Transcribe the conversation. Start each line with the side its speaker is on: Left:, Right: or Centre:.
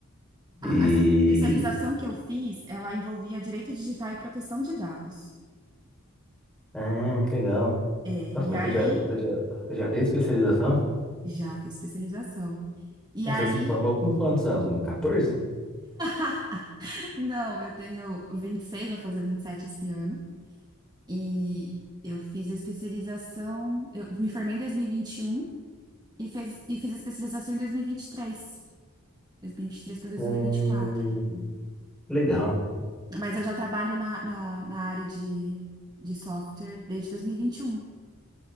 Right: A,
Centre: E...
Right: a especialização que eu fiz, ela envolvia direito digital e proteção de dados.
Centre: Ah, que legal.
Right: É,
Centre: Nossa,
Right: e
Centre: mas
Right: aí,
Centre: você já, você já, você já fez especialização?
Right: já fiz especialização. E
Centre: Você
Right: aí,
Centre: se formou com quantos anos? Com 14?
Right: <laughs> não, eu tenho 26, vou fazer 27 esse ano. E eu fiz a especialização, eu me formei em dois mil e e vinte e um. E, fez, e fiz a especialização em 2023, 2023 para 2024.
Centre: Hum, legal,
Right: Mas eu já trabalho na, na, na área de, de software desde 2021.